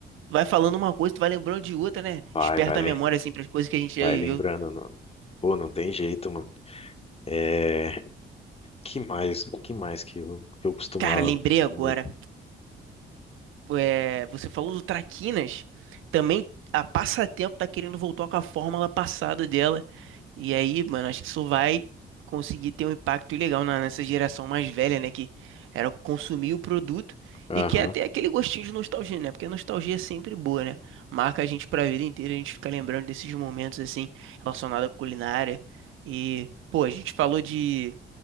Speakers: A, on the right; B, on the left.
A: Vai falando uma coisa, tu vai lembrando de outra, né?
B: Vai,
A: Desperta
B: vai, lem-
A: a memória, assim, pras coisas que a gente
B: vai
A: já viveu.
B: lembrando. não- Pô, não tem jeito, mano. É. Que mais? O que mais que eu, que eu costumava
A: Cara, lembrei agora.
B: comer?
A: é, você falou do Traquinas, também a Passatempo tá querendo voltar com a fórmula passada dela. E aí, mano, acho que isso vai conseguir ter um impacto legal na- nessa geração mais velha, né? Que era consumir o produto
B: Aham,
A: e quer ter aquele gostinho de nostalgia, né? Porque a nostalgia é sempre boa, né? Marca a gente pra vida inteira, a gente fica lembrando desses momentos, assim, relacionados à culinária. E, pô, a gente falou de